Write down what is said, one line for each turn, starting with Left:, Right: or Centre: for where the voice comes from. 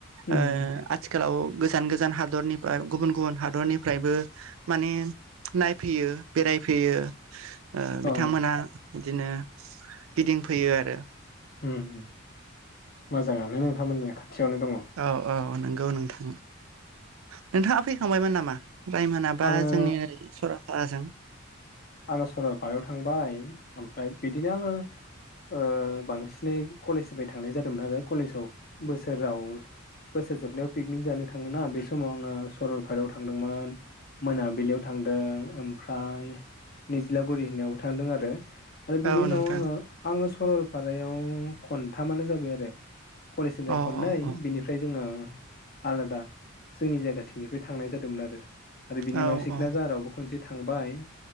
Left: उम
Right: ओ आथ थिखालाव गोजान गोजान हादरनिफाय गुबुन गुबुन हादरनिफ्रायबो माने नायफैयो बेरायफैयो ओ बिथांमोना।
Left: औ
Right: बिदिनो गिदिंफैयो आरो।
Left: उम उम मोजाङानो नोंथांमोननिया खाथियावनो दंङ।
Right: औ औ नोंगौ नोंथां। नोंथाङा फैखांबायमोन नामा? रायमोना बा
Left: आङो
Right: जोंनि ओरै सरलफाराजों?
Left: आंङो सरलपारायाव थांबाय ओमफ्राय बिदिनो आंङो। ओ बांसिनै कलेजनिफ्राय थांनाय जादोंमोन आरो कलेजाव बोसोराव। बोसोर जोबनायाव पिकनिक जानो थाङोना बे समाव आङो सरलपारायाव थांदोंमोन। मोनाबिलियाव थांदों ओमफ्राय निजलागुरि होननायावबो थांदों आरो आरो बिनि
Right: औ
Left: उनाव
Right: नोंथां
Left: आंङो आंङो सरलपारायाव खन्थामानो जाबाय आरो। कलेजनिफ्राय
Right: अ
Left: खननै
Right: अ
Left: बिनिफ्राय जोंङो आलादा जोंनि जायगाथिंनिफ्राय थांनाय जादोंमोन आरो बिनि
Right: औ
Left: उनाव सिखना
Right: औ
Left: जाहारावबो खनसे थांबाय